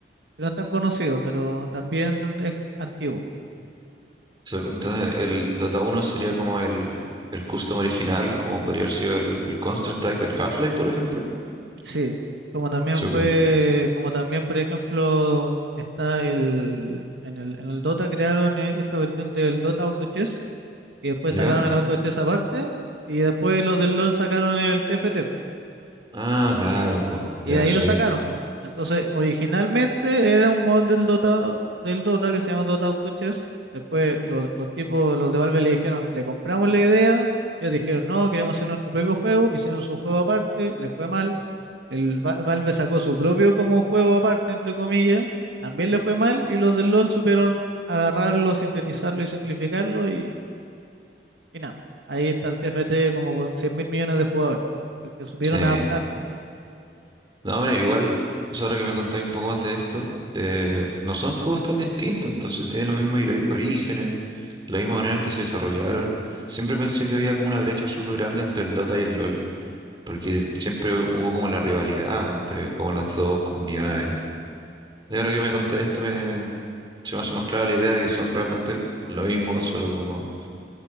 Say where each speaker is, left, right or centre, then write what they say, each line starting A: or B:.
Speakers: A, on the right; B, on the right.
A: que no es tan conocido, pero también es antiguo.
B: So, Entonces, el Dota uno sería como el, el custom original, como podría haber sido el, el Counter-Strike del Half-Life, por ejemplo.
A: Sí, como también
B: Súper.
A: fue, como también, por ejemplo, está el, en el, en el Dota crearon eh, esta cuestión del Dota Auto Chess, y después
B: ¿Ya?
A: sacaron el Auto Chess aparte, y después los del LoL sacaron el TFT.
B: Ah, claro, po. Ya,
A: Y de ahí
B: sí.
A: lo sacaron, pues. Entonces, originalmente era un mod del Dota, del Dota que se llama Dota Auto Chess. Después los, los tipos, los de Valve le dijeron, le compramos la idea. Ellos dijeron, no, queremos hacer nuestro propio juego. Hicieron su juego aparte, le fue mal. El Va- Valve sacó su propio como juego aparte, entre comillas. También le fue mal. Y los del LoL supieron agarrarlo, sintetizarlo y simplificarlo. Y, y nada, ahí está el TFT como con 100 mil millones de jugadores. Porque supieron
B: Sí.
A: adaptarse.
B: No, hombre, igual, o sea, ahora que me contáis un poco más de esto, eh, no son juegos tan distintos, entonces tienen los mismos ori- orígenes, la misma manera en que se desarrollaron. Siempre pensé que había como una brecha súper grande entre el Dota y el LoL, porque siempre hubo como la rivalidad entre como las dos comunidades. Y ahora que me contáis esto, me, se me hace más clara la idea de que son realmente lo mismo, solo como